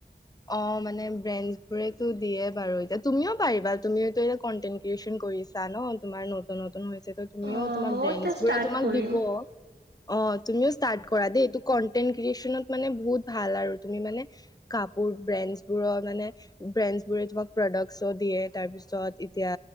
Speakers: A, on the left; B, on the right.
A: অ' মানে ব্ৰেন্ড বোৰেতো দিয়ে বাৰু এতিয়া তুমিও পাৰিবা তুমি এ কন্টেন ক্ৰিয়েচন কৰিছা ন তোমাৰ নতুন নতুন হৈছে ত তুমিও
B: অ
A: তোমাৰ
B: মইও
A: ব্ৰেড
B: এতিয়া ষ্টাৰ্ট
A: বোৰে তোমাক
B: কৰিম
A: দিব। অ' তুমিও ষ্টাৰ্ট কৰা দেই এই টো কন্টেট। ক্ৰনত মানে বহুত ভাল আৰু তুমি মানে কা ব্ৰেণ্ডছ বোৰৰ মানে ব্ৰেণ্ডছ বোৰে তোমাক প্ৰডাক্চ দিয়ে তাৰপিছত এতিয়া।